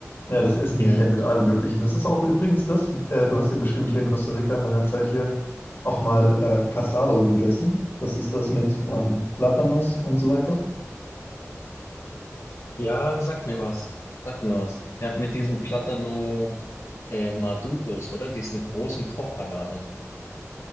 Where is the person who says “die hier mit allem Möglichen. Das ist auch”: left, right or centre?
Left